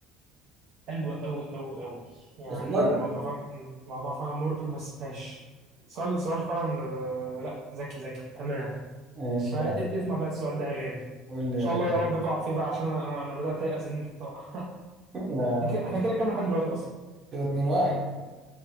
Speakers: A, on the right; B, on the right.
A: حلو أوي أوي أوي يعني
B: وصل لك؟
A: الموضوع فعلا الموضوع فعلا مربك بس ماشي سؤال سؤال فعلا آه، لا ذكي ذكي تمام
B: ماشي
A: آه،
B: يا عم
A: إ- اسمع بقى السؤال ده يا غالي ان
B: قول لي
A: شاء
B: يا غالي.
A: الله يا رب تقع فيه بقى عشان انا انا أنا بدات ايأس ان انت تقع
B: لا يا
A: <laughs> احنا
B: عم
A: كده إحنا كده كام لحد دلوقتي اصلا
B: كده اتنين واحد